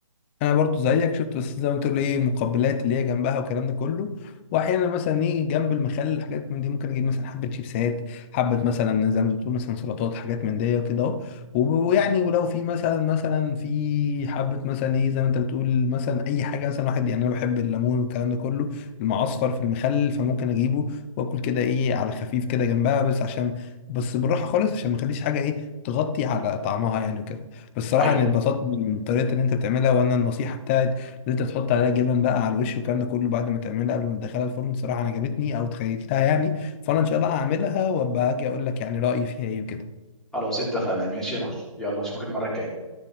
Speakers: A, on the left (about 20°); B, in the centre.
A: انا برضو زيك شفت بس زي ما تقول ايه المقبلات اللي هي جنبها والكلام ده كله واحيانا مثلا ايه جنب المخلل الحاجات من دي ممكن اجيب مثلا حبه شيبسات حبه مثلا زي ما بتقول مثلا سلطات حاجات من دي وكده اهو و- ويعني ولو في مثلا مثلا في حبه مثلا ايه زي ما انت بتقول مثلا اي حاجه مثلا واحد يعني انا بحب الليمون والكلام ده كله المعصفر في المخلل فممكن اجيبه واكل كده ايه على خفيف كده جنبها بس عشان بس بالراحه خالص عشان ما اخليش حاجه ايه تغطي على طعمها يعني وكده بصراحة
B: ايوه
A: أنا اتبسطت من طريقة اللي أنت بتعملها وأنا النصيحة بتاعت إن أنت تحط عليها جبن بقى على الوش والكلام ده كله بعد ما تعملها قبل ما تدخلها الفرن صراحة أنا عجبتني أو تخيلتها يعني فأنا إن شاء الله هعملها وأبقى هاجي أقول لك يعني رأيي فيها إيه وكده
B: خلاص اتفقنا ماشي يا معلم يلا اشوفك المرة الجاية